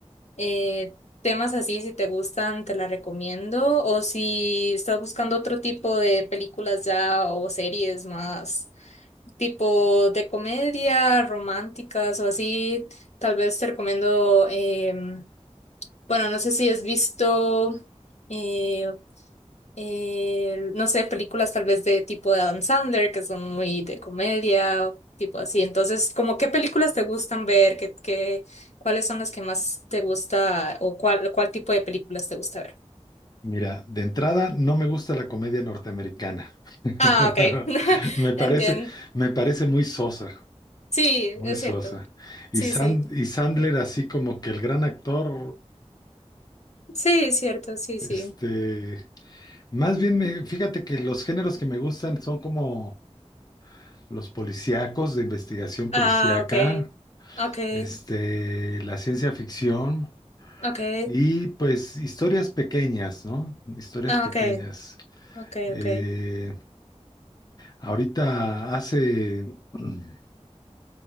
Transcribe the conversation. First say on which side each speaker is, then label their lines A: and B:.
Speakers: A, on the left; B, on the left.
A: eh, temas así, si te gustan, te la recomiendo. O si estás buscando otro tipo de películas ya o series más tipo de comedia, románticas o así, tal vez te recomiendo, em, bueno, no sé si has visto, eh, eh, no sé, películas tal vez de tipo de Adam Sandler, que son muy de comedia, o tipo así. Entonces, como qué películas te gustan ver, qué, qué, cuáles son las que más te gusta o cuál, cuál tipo de películas te gusta ver.
B: Mira, de entrada no me gusta la comedia norteamericana. <laughs>
A: Ah, ok. <laughs>
B: Me parece,
A: Entiendo.
B: me parece muy sosa,
A: Sí,
B: muy
A: es
B: sosa.
A: cierto.
B: Y,
A: Sí,
B: Sand-
A: sí.
B: y Sandler así como que el gran actor,
A: Sí, es cierto, sí,
B: este,
A: sí.
B: más bien me, fíjate que los géneros que me gustan son como los policíacos de investigación policíaca.
A: Ah, okay, okay,
B: este, la ciencia ficción
A: okay,
B: y pues historias pequeñas, ¿no? Historias
A: ah,
B: pequeñas.
A: okay, okay,
B: Eh,
A: okay,
B: ahorita hace, <clears throat>